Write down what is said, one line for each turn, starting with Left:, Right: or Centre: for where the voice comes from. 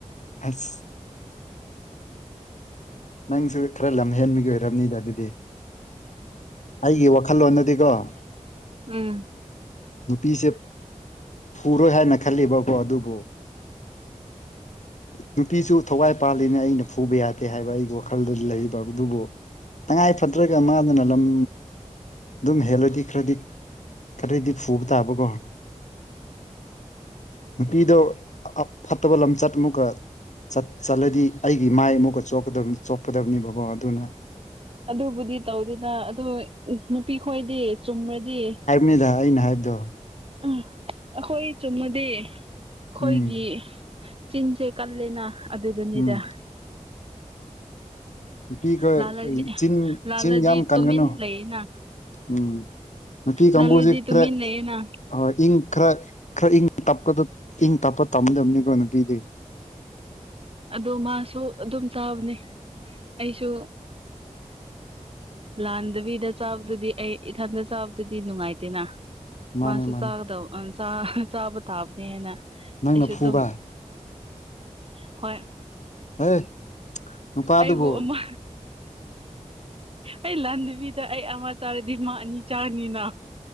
Left: ꯑꯁ ꯅꯪꯁꯨ ꯈꯔ ꯂꯝꯍꯦꯟꯕꯒꯤ ꯑꯣꯏꯔꯝꯅꯤꯗꯥ ꯑꯗꯨꯗꯤ ꯑꯩꯒꯤ ꯋꯥꯈꯜꯂꯣꯟꯗꯗꯤꯒ‌ꯣ
Right: ꯎꯝ
Left: ꯅꯨꯄꯤꯁꯦ ꯐꯨꯔꯣꯏ ꯍꯥꯏꯅ ꯈꯜꯂꯤꯕꯀꯣ ꯑꯗꯨꯕꯨ ꯅꯨꯄꯤꯁꯨ ꯊꯋꯥꯏ ꯄꯥꯜꯂꯤꯅꯦ ꯑꯩꯅ ꯐꯨꯕ ꯌꯥꯗꯦ ꯍꯥꯏꯕ ꯑꯩ ꯋꯥꯈꯜꯗ ꯂꯩꯕ ꯑꯗꯨꯕꯨ ꯇꯉꯥꯏ ꯐꯗ꯭ꯔꯒ ꯃꯥꯗꯅ ꯂꯝ ꯗꯨꯝ ꯍꯦꯜꯂꯗꯤ ꯈꯔꯗꯤ ꯈꯔꯗꯤ ꯐꯨꯕ ꯇꯥꯕꯀꯣ ꯅꯨꯄꯤꯗꯣ ꯑ ꯐꯠꯇꯕ ꯂꯝꯆꯠ ꯑꯃꯨꯛꯀ ꯆꯠ ꯆꯠꯂꯗꯤ ꯑꯩꯒꯤ ꯃꯥꯏ ꯑꯃꯨꯛꯀ ꯆ‌ꯣꯞꯀꯗꯕ ꯆꯣꯞꯀꯗꯕꯅꯤꯕꯀ‌ꯣ ꯑꯗꯨꯅ
Right: ꯑꯗꯨꯕꯨꯗꯤ ꯇꯧꯗꯦꯗ ꯑꯗꯨ ꯅꯨꯄꯤ ꯈꯣꯏꯗꯤ ꯆꯨꯝꯔꯗꯤ
Left: ꯅꯦꯗ ꯑꯩꯅ ꯍꯥꯏꯕꯗꯣ
Right: ꯎꯝ ꯑꯈꯣꯏ ꯆꯨꯝꯃꯗꯤ ꯈꯣꯏꯒꯤ
Left: ꯎꯝ
Right: ꯆꯤꯟꯁ‌ꯦ ꯀꯜꯂ‌ꯦꯅꯥ ꯑꯗꯨꯗꯨꯅꯤꯗꯥ
Left: ꯎꯝ ꯅꯨꯄꯤꯈ‌ꯣꯏ
Right: ꯂꯥꯜꯂꯗꯤ
Left: ꯆꯤꯟ
Right: ꯂꯥꯜꯂꯗꯤ
Left: ꯆꯤꯟ ꯌꯥꯝ ꯀꯟꯒꯅꯨ
Right: ꯇꯨꯃꯤꯟ ꯂꯩꯌꯦꯅ
Left: ꯎꯝ ꯅꯨꯄꯤ ꯀꯥꯡꯕꯨꯖ‌ꯦ
Right: ꯂꯥꯜꯂꯗꯤ ꯇꯨꯃꯤꯟ
Left: ꯈꯔ
Right: ꯂꯩꯌꯦꯅ
Left: ꯍꯣꯏ ꯏꯪ ꯈꯔ ꯈꯔ ꯏꯪ ꯇꯞꯄꯗ‌ꯣ ꯏꯪ ꯇꯞꯄ ꯇꯝꯗꯝꯅ‌ꯦꯀꯣ ꯅꯨꯄꯤꯗꯤ
Right: ꯑꯗꯣ ꯃꯥꯁꯨ ꯑꯗꯨꯝ ꯆꯥꯕꯅꯦ ꯑꯩꯁꯨ ꯂꯥꯟꯗꯕꯤꯗ ꯆꯥꯕꯗꯨꯗꯤ ꯑꯩ ꯏꯊꯟꯗ ꯆꯥꯕꯗꯨꯗꯤ ꯅꯨꯡꯉꯥꯏꯇꯦꯅꯥ ꯃꯥꯁꯨ
Left: ꯃꯥꯅꯦ ꯃꯥꯅꯦ
Right: ꯆꯥꯒꯗꯧ ꯑꯥ ꯆꯥ ꯆꯥꯕ ꯇꯥꯕꯅꯦꯅ
Left: ꯅꯪꯅ
Right: ꯑꯩꯁꯨ
Left: ꯐꯨꯕ
Right: ꯗꯨꯝ ꯍꯣꯏ
Left: <unintelligible> ꯅꯨꯄꯥꯗꯨꯕꯨ
Right: ꯑꯩꯕꯨ ꯎꯃꯥ ꯑꯩ ꯂꯥꯟꯗꯕꯤꯗ ꯑꯩ ꯑꯃ ꯆꯥꯔꯗꯤ ꯃꯥ ꯑꯅꯤ ꯆꯥꯅꯤꯅꯥ